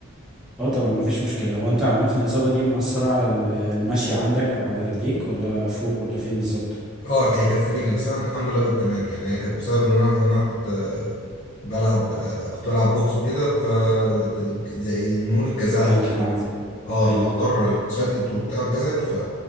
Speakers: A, in the centre; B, on the left.
A: اه طبعا مفيش مشكلة هو انت عامة الإصابة دي مأثرة على ال- المشي عندك أو على رجليك ولا فوق ولا فين بالظبط؟
B: اه هي كانت في رجلي بس انا الحمد لله بقيت تمام يعني هي كانت بسبب ان انا انا كنت آه، بلعب آه، كنت بلعب بوكس وكده ف زي نقول الجزعة
A: لا رجلي انكل للأسف عندك
B: اه
A: أيوه
B: الاوتار اتشدت وبتاع اتجزت ف